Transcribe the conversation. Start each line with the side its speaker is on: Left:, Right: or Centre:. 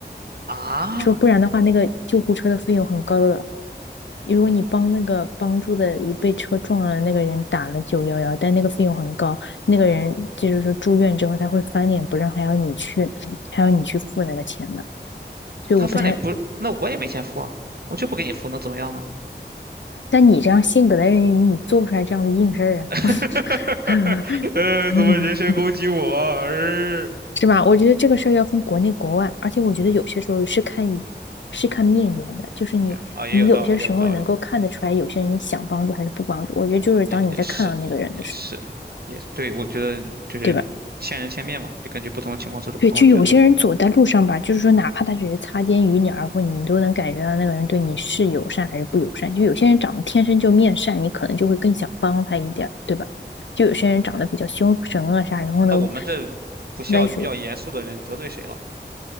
Right: 啊，
Left: 说不然的话，那个救护车的费用很高的。如果你帮那个帮助的一被车撞了那个人打了九幺幺，但那个费用很高，那个人就是说住院之后他会翻脸不认，还要你去，还要你去付那个钱的。所以我不太，
Right: 他翻脸不，那我也没钱付啊，我就不给你付，能怎么样呢？
Left: 但你这样性格的人，你做不出来这样的硬事儿
Right: <laughs>
Left: 啊，<laughs>
Right: 呃，怎么人身攻击我啊？呃
Left: 是吧？我觉得这个事儿要分国内国外，而且我觉得有些时候是看是看面缘的，就是你你有些时候能够看得出来，
Right: 天呐，啊，也有道理，也有道理，
Left: 有些人你想帮助还是不帮助。我觉得就是当你在看到那个人的时候，
Right: 也也是，也是，也对，我觉得就是见人千面嘛，
Left: 对吧？
Right: 就根据不同的情况做出不同的抉择。
Left: 对，就有些人走在路上吧，就是说，哪怕他只是擦肩与你而过，你都能感觉到那个人对你是友善还是不友善。就有些人长得天生就面善，你可能就会更想帮他一点儿对吧？就有些人长得比较凶神恶煞，
Right: 嗯，
Left: 然后呢，
Right: 那我们这不笑就比较严肃的人得罪谁了？
Left: 歪水。